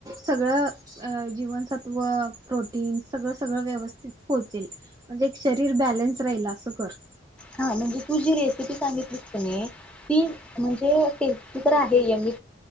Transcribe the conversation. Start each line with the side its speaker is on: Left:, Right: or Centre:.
Right: सगळ जीवनसत्व प्रोटीन सगळं-सगळं व्यवस्थित पोहचेल म्हणजे एक शरीर बॅलन्स राहील असं कर.
Centre: हा म्हणजे तू जी रेसिपी सांगितस किनी. ती म्हणजे टेस्टी तर आहे मी.